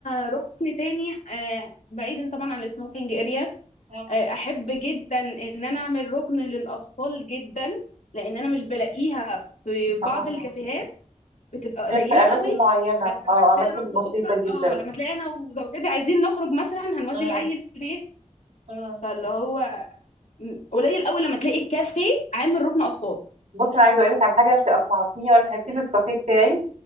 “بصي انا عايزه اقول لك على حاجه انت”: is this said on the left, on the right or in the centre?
Right